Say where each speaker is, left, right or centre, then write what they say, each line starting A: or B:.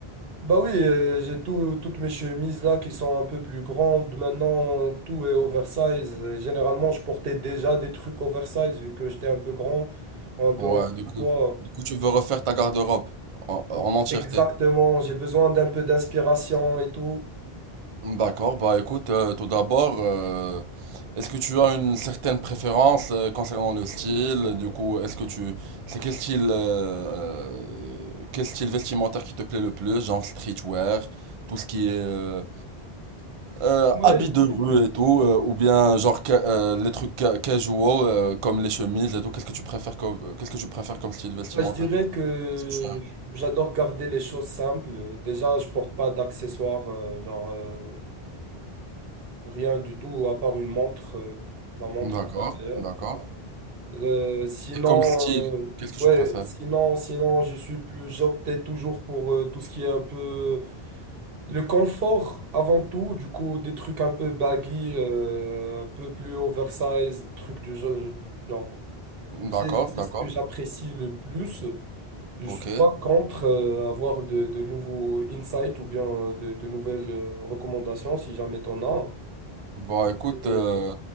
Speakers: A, on the right (about 70°); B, on the right (about 50°).
A: Bah oui, euh, j'ai tout- toutes mes chemises là qui sont un peu plus grandes. Maintenant, tout est oversize. Et Généralement, je portais déjà des trucs oversize vu que j'étais un peu grand, un peu
B: Ouais,
A: en surpoids.
B: du coup. Du coup, tu veux refaire ta garde-robe en, en
A: Oh,
B: entièreté.
A: Exactement, j'ai besoin d'un peu d'inspiration et tout.
B: D'accord, bah écoute, euh, tout d'abord, euh, est-ce que tu as une certaine préférence euh, concernant le style? Du coup, est-ce que tu... C'est quel style, euh, euh, quel style vestimentaire qui te plaît le plus? Genre streetwear, tout ce qui est euh, euh,
A: Ouais,
B: habits de rue
A: je
B: et tout, euh, ou bien genre ca- euh, les trucs ca- casual euh, comme les chemises et tout. Qu'est-ce que tu préfères comme, euh, qu'est-ce que tu préfères comme style vestimentaire?
A: bah, je dirais que
B: Qu'est-ce que tu
A: j'adore garder les choses simples. Déjà, je porte pas d'accessoires, euh, genre euh, rien du tout à part une montre, euh, ma montre
B: aimes D'accord,
A: d'ailleurs.
B: d'accord.
A: Euh, sinon,
B: Et comme style,
A: euh,
B: qu'est-ce que
A: ouais,
B: tu préfères?
A: sinon, sinon, je suis plus, j'optais toujours pour euh, tout ce qui est un peu le confort avant tout. Du coup, des trucs un peu baggy, euh, un peu plus oversize, trucs du genre. genre, c'est,
B: D'accord,
A: c'est
B: d'accord,
A: ce que j'apprécie le plus. Je
B: ok.
A: suis pas contre euh, avoir de, de nouveaux insights ou bien euh, de, de nouvelles euh, recommandations si jamais t'en as.
B: Bah écoute,
A: Euh,
B: euh,